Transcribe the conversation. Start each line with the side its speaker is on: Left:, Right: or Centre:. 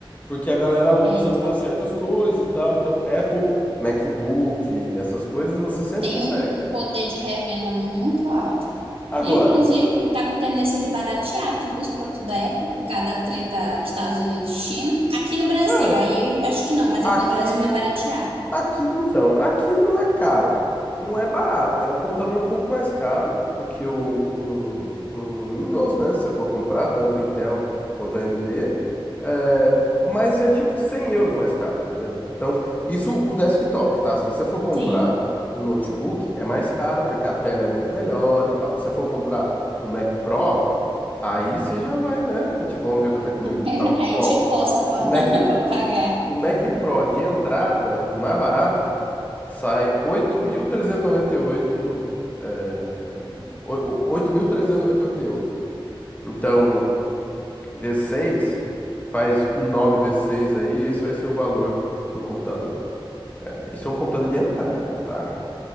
Left: Porque a galera usa
Right: é,
Left: para certas coisas e tal. Então, Apple, MacBook, essas coisas você sempre
Right: tem
Left: consegue.
Right: um um poder de revenda muito alto.
Left: Agora,
Right: E, inclusive, está com tendência de baratear, tu os produtos da Apple, por causa da treta Estados Unidos, e China. Aqui no Brasil,
Left: cara,
Right: aí acho que não, mas
Left: aqui,
Right: aqui no Brasil vai baratear.
Left: aqui, então, aqui não é caro, não é barato. É um computador um pouco mais caro do que o, um, um Windows, né? Se você for comprar, tanto Intel quanto AMD, é, mas é tipo 100 euros mais caro, entendeu? Então, isso o desktop, tá? Se você for comprar
Right: Sim.
Left: um notebook, é mais caro porque a tela é muito melhor e tal. Se você for comprar um Mac Pro, aí você já vai, né? Tipo, vamos ver quanto é que o Mac
Right: <laughs>
Left: tá.
Right: Aí
Left: Ó,
Right: te coça pra,
Left: o Mac
Right: <laughs> pra pagar.
Left: O Mac Pro de entrada, o mais barato, sai 8.398, é, o- o- 8.398 euros. Então, v seis faz nove v seis aí, esse vai ser o valor do computador. É, Isso é um computador de entrada, tá?